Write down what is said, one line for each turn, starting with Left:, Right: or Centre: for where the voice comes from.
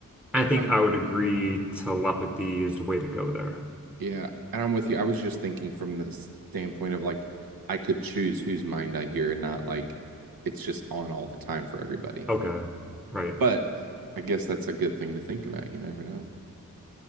Centre: I think
Right: I'm
Centre: I would agree telepathy is the way to go there.
Right: yeah, and I'm with you. I was just thinking from the standpoint of like I could choose whose mind I hear and not like it's just on all the time for everybody.
Centre: Okay, right.
Right: But I guess that's a good thing to think about. You never know.